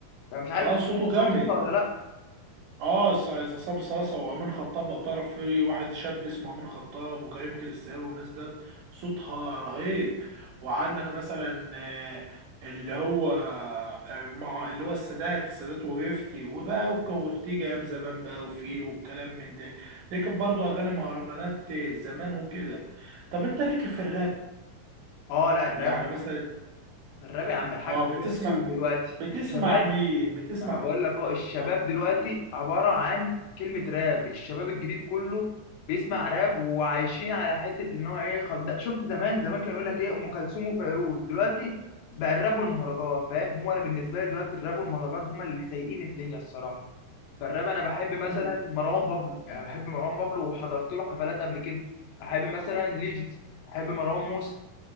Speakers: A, on the left (about 75°); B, on the right (about 75°).
A: فمش عارف
B: اه
A: انت سمعت
B: صوته
A: عصام
B: جامد
A: صاصا ولا لا
B: اه س- عصام صاصة وامين خطاب لو تعرف في واحد شاب اسمه امين خطاب وكريم كريستيانو والناس ده صوتها رهيب وعندك مثلا آه، اللي هو آه، مع اللي هو السادات السادات وفيفتي وبقى وكورتيجا ايام زمان بقى وفيلو والكلام من ده دي كانت برضه اغاني مهرجانات زمان وكده طب انت ليك في الراب
A: اه لا الراب
B: يعني مثلا
A: الراب يا عم الحاج
B: اه
A: هو
B: بتسمع
A: السوق دلوقتي
B: بتسمع
A: الشباب
B: مين بتسمع
A: ما انا بقول لك اه الشباب
B: اه
A: دلوقتي عباره عن كلمه راب الشباب الجديد كله بيسمع راب وعايشين على حته ان هو ايه خل... ده شفت زمان زمان كان يقول لك ايه ام كلثوم وفيروز دلوقتي بقى الراب والمهرجان فاهم هو انا بالنسبه لي دلوقتي الراب والمهرجان هما اللي سايقين الدنيا الصراحه فالراب انا بحب مثلا
B: مم،
A: مروان بابلو يعني بحب مروان بابلو وحضرت له حفلات قبل كده احب مثلا ليجيس احب مروان موسى